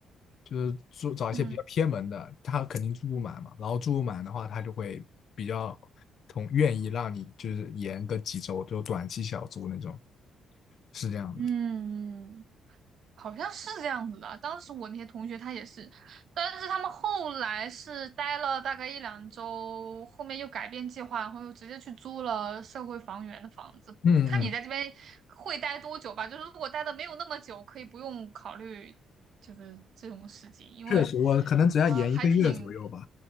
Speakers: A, on the left; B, on the right.
A: 就是住找一些比较偏门的，
B: 嗯
A: 他肯定住不满嘛，然后住不满的话，他就会比较同愿意让你就是延个几周，就短期小租那种，是这样的。
B: 嗯，好像是这样子的。当时我那些同学他也是，但是他们后来是待了大概一两周，后面又改变计划，然后又直接去租了社会房源的房子。
A: 嗯嗯
B: 看你在这边会待多久吧，就是如果待的没有那么久，可以不用考虑就是这种事情，因为呃还挺
A: 确实，我可能只要延一个月左右吧，